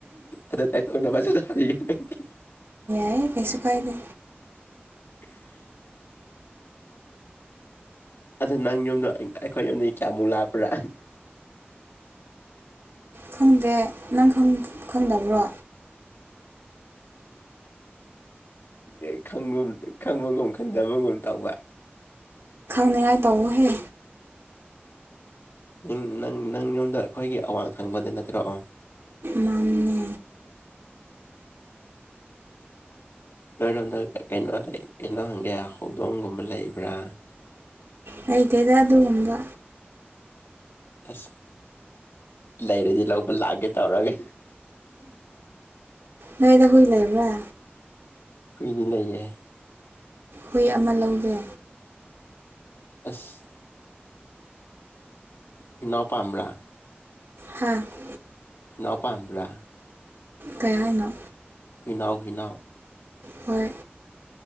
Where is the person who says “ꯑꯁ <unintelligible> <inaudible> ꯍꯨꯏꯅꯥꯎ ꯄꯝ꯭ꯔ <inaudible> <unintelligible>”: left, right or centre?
Left